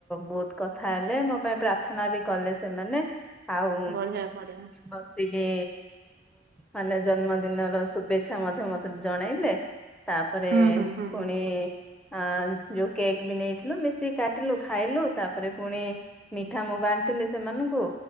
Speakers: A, in the centre; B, on the right.
A: ବହୁତ କଥା ହେଲେ ମୋ ପାଇଁ ପ୍ରାର୍ଥନା ବି କଲେ ସେମାନେ। ଆଉ
B: ବଢିଆ ବଢିଆ
A: ବସିକି ମାନେ ଉଁ ଜନ୍ମଦିନର ଶୁଭେଚ୍ଛା ମଧ୍ୟ ମତେ ଜଣେଇଲେ ତାପରେ
B: ହୁଁ ହୁଁ ହୁଁ
A: ପୁଣି
B: ହୁଁ
A: ଆ ଯୋଉ କେକ୍ ବି ନେଇଥିଲୁ ମିଶିକ କାଟିଲୁ ଖାଇଲୁ ତାପରେ ପୁଣି ମିଠା ମୁଁ ବାଣ୍ଟିଲି ସେମାନଙ୍କୁ